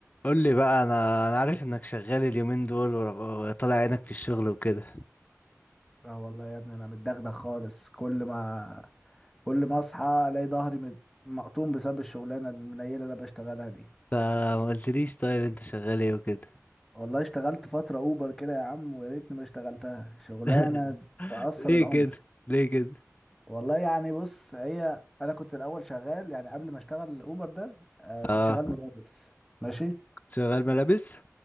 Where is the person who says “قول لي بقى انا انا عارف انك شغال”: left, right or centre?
Left